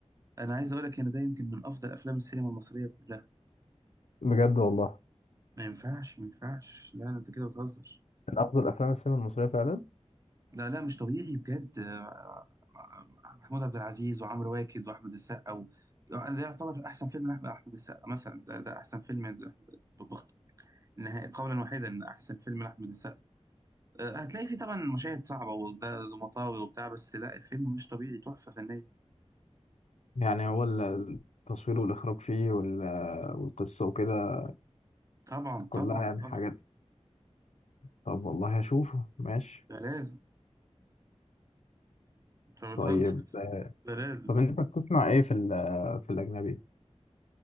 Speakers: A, on the right; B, on the left.
A: أنا عايز أقول لك إن ده يمكن من أفضل أفلام السينما المصرية كلها
B: بجد والله
A: ما ينفعش ما ينفعش لا لا، أنت كده بتهزر
B: من أفضل أفلام السينما المصرية فعلا
A: لا لا مش طبيعي بجد آه، محمود عبد العزيز وعمرو واكد واحمد السقا و... يعني ده يعتبر احسن فيلم لاحمد أحمد السقا مثلا ده, ده احسن فيلم لأحمد- بخت نهائي قولا واحدا ان احسن فيلم لاحمد السقا آه، هتلاقي فيه طبعا مشاهد صعبه وده مطاوي وبتاع بس لا الفيلم مش طبيعي تحفه فنيه
B: يعني هو ال- التصوير والإخراج فيه وال- والقصة وكده
A: طبعا
B: كلها
A: طبعا
B: يعني
A: طبعا
B: حاجات طب والله هشوفه ماشي
A: ده لازم انت بتهزر
B: طيب
A: <laughs> ده لازم
B: طب انت بتسمع ايه في ال في الاجنبي